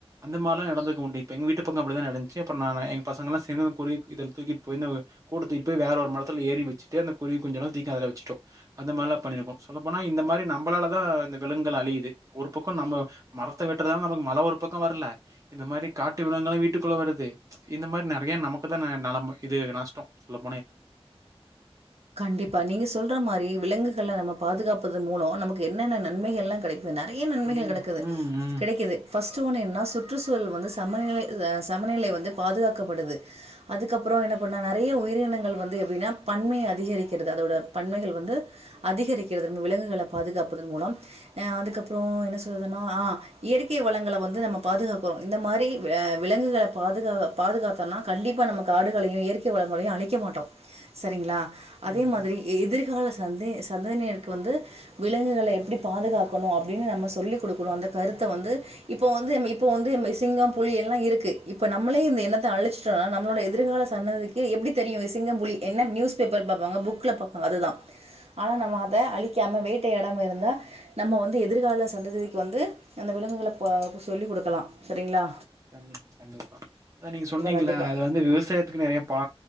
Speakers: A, on the right (about 30°); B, on the right (about 75°).
A: அந்த மாதிரிலாம் <unintelligible> இப்ப எங்கள் வீட்டு பக்கம் அப்படிதான் நடந்துச்சு அப்போ நான் எங்கள் பசங்கலாம் சேர்ந்து அந்த குருவி இத தூக்கிட்டு போய் இந்த கூட்ட தூக்கிட்டு போய் வேற ஒரு மரத்தில் ஏறி வச்சுட்டு அந்த குருவி குஞ்சலாம் தூக்கி அதல வச்சிட்டோம் அந்த மாதிரிலாம் பண்ணிருக்கோ சொல்ல போன இந்த மாதிரி நம்பளால தான் இந்த விலங்குகள் அழியிது ஒரு பக்கம் நம்ம மரத்தை வெட்டுறதால நமக்கு மழை ஒரு பக்கம் வரல இந்த மாதிரி காட்டு விலங்குல்லாம் வீட்டுக்குள்ள வருது இந்த மாதிரி நிறைய நமக்கு தான் ந நல இது நஷ்டம் சொல்ல
B: கண்டிப்பா நீங்க சொல்ற மாதிரி விலங்குகள்ல நம்ம பாதுகாப்பதன் மூலம் நமக்கு என்னென்ன நன்மைகள்லாம் கிடைக்கும் நிறைய நன்மைகள்
A: ம்.
B: கிடக்குது
A: ம். ம்.
B: கிடைக்குது பஸ்ட் ஒன் என்னன்ன சுற்றுச்சூழல் வந்து சமநிலை சமநிலை வந்து பாதுகாக்கப்படுது அதுக்கப்புறம் என்ன பண்ண நிறைய உயிரினங்கள் வந்து இது எப்படினா பன்மைய அதிகரிக்கிறது அதோட பன்மைகள் வந்து அதிகரிக்கிறது விலங்குகளை பாதுகாப்பதன் மூலம் அதுக்கப்பறம் என்ன சொல்றதுனா அஹ் இயற்கை வளங்களை வந்து நம்ம பாதுக்காக்குறோம் இந்த மாதிரி விலங்குகளை பாதுக்காத்தம்னா கண்டிப்பா நாம காடுகளையும் இயற்கை வளங்களையும் அழிக்க மாட்டோம் சரிங்களா அதே
A: ம்.
B: மாதிரி எதிர்கால சந்தே சந்தேதியினருக்கு வந்து விலங்குகளை எப்டி பாதுகாக்கணு அப்டினு நம்ம சொல்லிக்கொடுக்கனு. அந்த கருத்த வந்து இப்போ வந்து இப்ப வந்து நம்ம சிங்கம் புலி எல்லாம் இருக்கு இப்ப நம்மளே இந்த இனத்தை அழிச்சிட்டோம்னா நம்மளுடைய எதிர்கால சன்னதிக்கு எப்படி தெரியு சிங்கம் புளி என்ன நியூஸ் பேப்பர் பார்ப்பாங்க புக்ல பார்ப்பாங்க அதுதான் ஆனால் நம்ம அதை அழிக்காம வேட்டையாடாம இருந்தா நம்ம வந்து எதிர்கால சந்ததிக்கு வந்து அந்த விலங்குகள ப்பா சொல்லி குடுக்கலா செரிங்களா
A: கண்டிப்பா கண்டிப்பா த நீங்க சொன்னீங்ள
B: கண்டிப்பாக
A: அது வந்து விவசாயத்துக்கு நெறைய பா